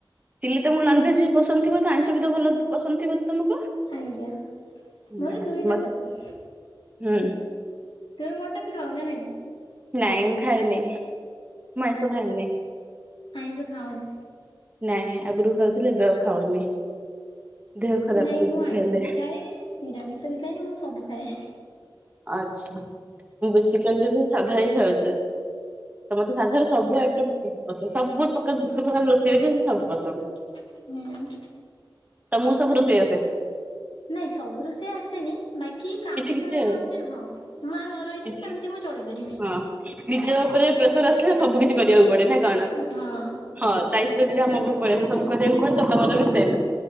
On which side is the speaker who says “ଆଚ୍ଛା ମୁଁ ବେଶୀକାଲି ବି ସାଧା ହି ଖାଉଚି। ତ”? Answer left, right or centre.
Right